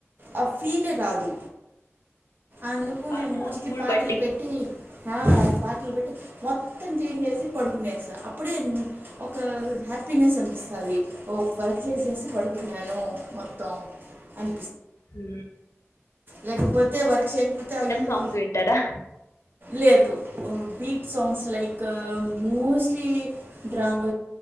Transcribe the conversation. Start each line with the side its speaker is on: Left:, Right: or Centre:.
Right: ఆ ఫిలే రాదు అందుకు
Left: పాట
Right: నేను మోస్ట్లీ
Left: మూడు
Right: పాటలు
Left: బట్టి
Right: పెట్టి ఆ పాటల్ పెట్టి మొత్ తం క్లీన్ జేసీ పడుకునేస్ అప్పుడే ఒక హ్యాపీనెస్ అనిపిస్తాది ఓ వర్క్ జేసేసి పడుకున్నాను మొత్తం అం
Left: ఉ
Right: లేకపోతే వర్క్ చేయకపోతే అయ్యాయో
Left: సాంగ్స్ వింటారా
Right: లేదు ఓ బీట్సాంగ్స్ లైక్ మోస్ట్లి డ్రా వ్